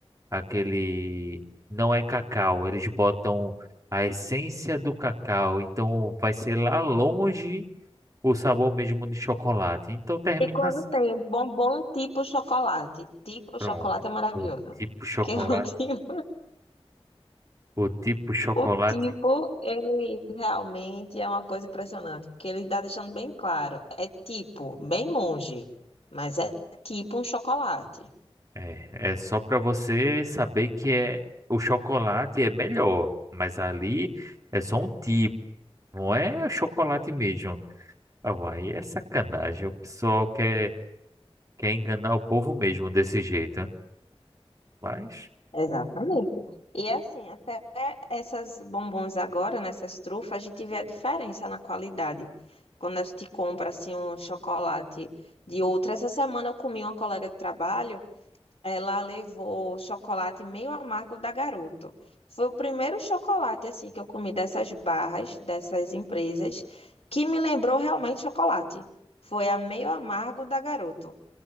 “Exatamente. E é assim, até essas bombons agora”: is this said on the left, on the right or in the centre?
Left